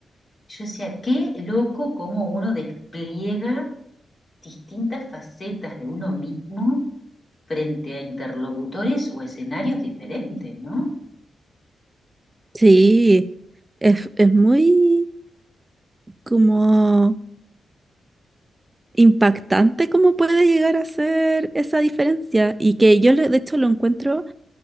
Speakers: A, on the left (about 45°); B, on the right (about 25°).
A: Yo decía, qué loco cómo uno despliega distintas facetas de uno mismo frente a interlocutores o escenarios diferentes, ¿no?
B: Sí, es, es muy como impactante cómo puede llegar a ser esa diferencia y que yo le- de hecho lo encuentro